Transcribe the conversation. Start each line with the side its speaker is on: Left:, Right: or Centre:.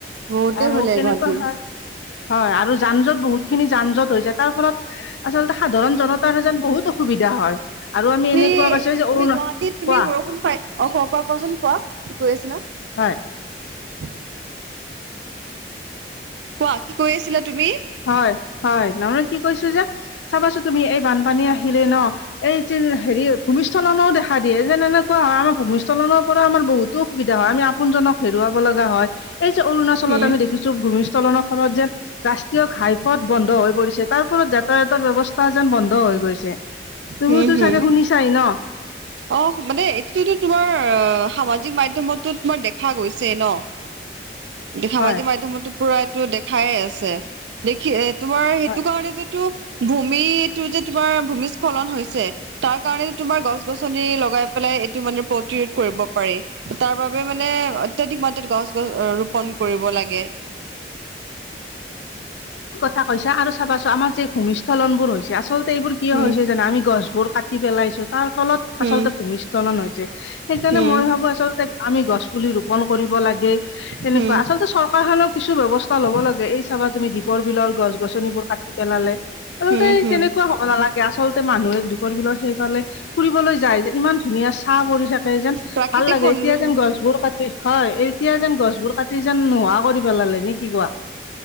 Right: বহুতেই
Left: আৰু
Right: ভয় লাগে
Left: কেনেকুৱা
Right: গুৱাহাটীত
Left: হয়। হয় আৰু যান জঁট বহুত খিনি যান জট হৈছে তাৰ ফলত আচলতে সাধাৰণ জনতা তাৰ যেন বহুত অসুবিধা হয়। আৰু আমি
Right: তুমি
Left: এনেকুৱা পাইছো যে অৰুণা
Right: তুমি গুৱাহাটীত তুমি
Left: কোৱা
Right: বৰষুণ পাই অ' ক, ক, কোৱাচোন কোৱা কি কৈ আছিলা?
Left: হয়।
Right: <unintelligible> কোৱা কি কৈ আছিলা তুমি?
Left: হয় হয় নহয় কি কৈছো যে চাবাচো তুমি এই বানপানী আহিলে ন এই হেৰি ভূমিস্হখলনো দেখা দিয়ে যেন এনেকুৱা হয় আমাৰ ভূমিস্থখলনৰ পৰা আমাৰ বহুতো সুবিধা হয়। আমি ন জনক হেৰুৱাব লগা হয়। এই যে অৰুণাচলত
Right: হুম
Left: আমি দেখিছো ভূমিসখলনৰ ফলত যেন ৰাষ্ট্ৰীয় ঘাইপথ বন্ধ হৈ পৰিছে। তাৰফলত যাতায়াতৰ ব্যৱস্থা এ যেন বন্ধ হৈ গৈছে তুমিওতো
Right: হুম হুম
Left: চাগে শুনিছাই ন?
Right: অ মানে এইটোতো তোমাৰ সামাজিক মাধ্যমতো তোমাৰ দেখা গৈছে ন। সামাজিক
Left: হয়
Right: মাধ্যমতো পুৰা এইটো দেখায়ে আছে দেখি তোমাৰ সেইটো
Left: হয়
Right: কাৰণ তো ভূমিটো যে তোমাৰ ভূমি স্খলন হৈছে তাৰ সেই কাৰণে তোমাৰ গছ গছনি লগাই পেলাই এইটো মানে প্ৰতিৰোধ কৰিব পাৰি। তাৰ বাবে মানে অত্যাধিক মাত্ৰাত গছ গছ ৰোপন কৰিব লাগে।
Left: কৈছ আৰু চাবাচোন আমাৰ যে ভূমিসখলনবোৰ হৈছে আচলতে এইবোৰ কিয়
Right: উম
Left: হৈছে জানো আমি গছ বোৰ কাটি পেলাইছো। তাৰ ফলত আচলতে
Right: উম
Left: ভূমিস্খলন হৈছে সেইকাৰণে
Right: উম,
Left: মই ভাবো আচলতে আমি গছ পুলি ৰোপন কৰিব লাগে তেনেকুৱা
Right: হুম,
Left: আচলতে চৰকাৰখনৰ কিছু ব্যৱস্থা ল'ব লাগে এই চাবা তুমি দীপৰ বিলৰ গছ গছনিবোৰ কাটি পেলালে। আচলতে
Right: হুম, হুম,
Left: তেনেকুৱা হ'ব নালাগে আচলতে মানুহে দীপৰ বিলত সেইফালে। ফুৰিবলৈ যায় যেন ইমান ধুনীয়া চাহ পৰি থাকে যেন
Right: প্ৰাকৃতিক
Left: ভাল লাগে
Right: সৌন্দৰ্য।
Left: এতিয়া যেন গছবোৰ কাটি হয় এই। তেতিয়া যেন গছবোৰ কাটি যেন নোহোৱা কৰি পেলালে নে কি কোৱা।